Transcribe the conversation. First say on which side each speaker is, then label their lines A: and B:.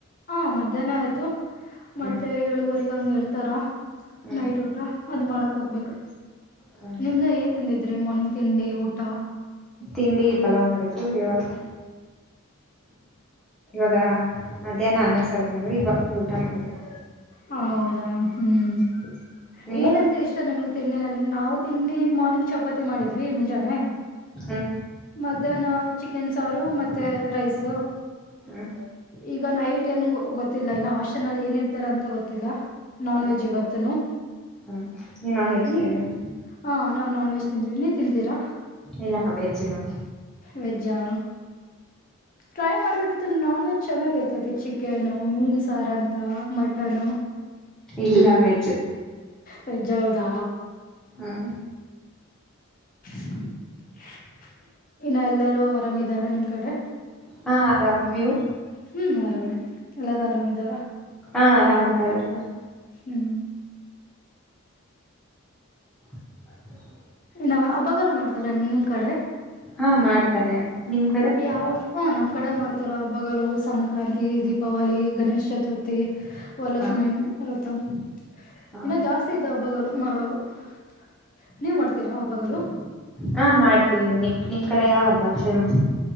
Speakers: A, on the left; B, in the centre.
A: ಹಾ ಮಧ್ಯಾಹ್ನ ಆಯ್ತು ಮತ್ತೆ
B: ಹ್ಮ್
A: ಏಳುವರೆಗ ಹಂಗ ಇರ್ತಾರ
B: ಹ್ಮ್
A: ನೈಟ್ ಊಟ ಊಟ ಅದು್ ಮಾಡಕ್ ಹೋಗ್ಬೇಕು
B: ಹ್ಮ್
A: ನಿಮ್ದ ಏನ್ ತಿಂದಿದ್ರಿ ಮಾರ್ನಿಂಗ್ ತಿಂಡಿ ಊಟ.
B: ತಿಂಡಿ ಪಲಾವ್ ಮಾಡಿದ್ರು ಇವಾಗ ಇವಾಗ ಮಧ್ಯಾಹ್ನ ಅನ್ನಸತಿಂದವಿ ಇವಾಗ ಊಟ ಮಾಡ್ಬೇಕು
A: ಹೌದಾ ಹ್ಮ್
B: ನೀವು
A: ಏನಂತ ಇಷ್ಟ ನಮ್ಗ ತಿಂಡಿನಲ್ಲಿ ನಾವು ತಿಂಡಿ ಮಾರ್ನಿಂಗ್ ಚಪಾತಿ ಮಾಡಿದ್ವಿ ಮುಂಜಾನೆ.
B: ಹ್ಮ್
A: ಮಧ್ಯಾಹ್ನ ಚಿಕನ್ ಸಾರು ಮತ್ತೆ ರೈಸ.
B: ಹ್ಮ
A: ಈಗ ನೈಟ್ ಏೊ ಗೊತ್ತಿಲ್ಲ ಇನ್ನ ಹಾಸ್ಟೆನ್ಲ್ಲಿ ಏನ್ ಇರ್ತಾರ ಅಂತ ಗೊತ್ತಿಲ್ಲ. ನಾನ್
B: ಹ್ಮ್
A: ವೆಜ್ ಇವತ್ತುನು
B: ಹ್ಮ್
A: <inaudible>
B: ನೀವ್ ನಾನ್ ವೆಜಿಟೇರಿಯನ್
A: ನೀನ್ ಹ ನಾವು ನಾನ್ ವೆಜ್ ತಿಂತೀವಿ ನೀವ ತಿಂತೀರಾ?
B: ಇಲ್ಲ ವೇಜ್ಜ ನ
A: ವೆಜ್ಜಾ ಟ್ರೈ ಮಾಡ್ಬೇಕಿತ್ತು ನಾನ್ ವೆಜ್ ಚೆನ್ನಾಗಿ ಇರ್ತೈತಿ ಚಿಕನು ಮೀನ್ಸಾರ ಅಂತ ಮಟನು
B: ಇಲ್ಲ ವೆಜ್
A: ವೆಜ್ ಹೌದಾ
B: ಹ್ಮ್
A: <inaudible> ಇನ್ನ ಎಲ್ಲಾರೂ ಆರಾಮ್ದಾರ ನಿಮ್ ಕಡೆ
B: ಹಾ ಆರಾಮ್ ನೀವು
A: ಹ್ಮ್ ಆರಾಮ್ ಎಲ್ಲಾರು ಆರಾಮಿದಾರ
B: ಹಾ ಆರಾಮ್ತಾರೆ ಎಲ್ಲಾರೂ
A: ಹ್ಮ್
B: <inaudible>
A: ನ ಹಬ್ಬಗಲು ಮಾಡ್ತಾರ ಮುಂದ್ ಕಡೆ
B: ಹಾ ಮಾಡ್ತಾರೆ ನಿಮ್ ಕಡೆ
A: ಯಾವ ಹ ನಮ್ ಕಡೆ ಮಾಡ್ತಾರ ಹಬ್ಬಗಲು ಸಂಕ್ರಾಂತಿ ದೀಪಾವಳಿ ಗಣೇಶ್ ಚತುರ್ಥಿ ತಿ ವಲಕ್ಷ್ಮ
B: ಹಾ
A: ರತಂ <inaudible>
B: ಹಾ
A: ಇನ್ನ ಜಾಸ್ತಿ ಇದ ಹಬ್ಬಗಲು ಮಾಡವು <inaudible> ನೀವ್ ಮಾಡ್ತೀರಾ ಹಬ್ಬಗಲು
B: ಹಾ ಮಾಡ್ತೀವಿ ನಿ ನಿಮ್ ಕಡೆ ಯಾವ ಹಬ್ಬ ಫೇಮಸ್